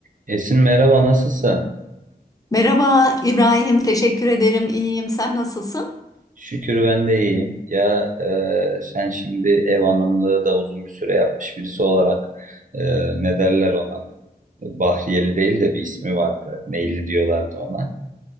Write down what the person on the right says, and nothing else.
Esin merhaba nasılsın?
Şükür ben de iyiyim. Ya e, sen şimdi ev hanımlığı da uzun bir süre yapmış birisi olarak e, ne derler ona? Bahriyeli değil de bir ismi vardı. Neyli diyorlardı ona.